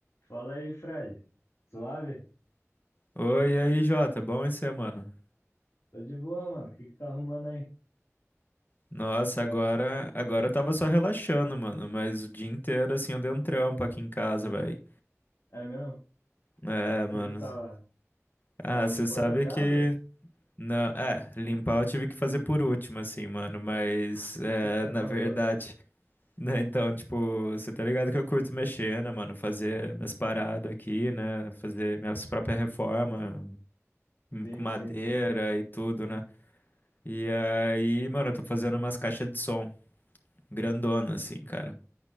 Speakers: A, on the left; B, on the left.
A: Fala aí, Fred. Suave?
B: Oi, e aí, Jota, bom isso aí, mano?
A: Tô de boa, mano. O que que tá arrumando aí?
B: Nossa,
A: Tá.
B: agora, agora eu tava só relaxando, mano, mas o dia inteiro, assim, eu dei um trampo aqui em casa, velho.
A: É mesmo? O
B: É,
A: que
B: mano.
A: que você tava,
B: Ah,
A: tava limpando
B: você sabe
A: a casa?
B: que... Não, é, limpar eu tive que fazer por último, assim, mano, mas,
A: O
B: é,
A: que que você aprontou?
B: na verdade, <laughs> né, então, tipo, você tá ligado que eu curto mexer, né, mano, fazer minhas paradas aqui, né, fazer minhas próprias reformas
A: Sim,
B: com madeira
A: sim.
B: e tudo, né. E aí, mano, eu tô fazendo umas caixas de som. grandona, assim, cara.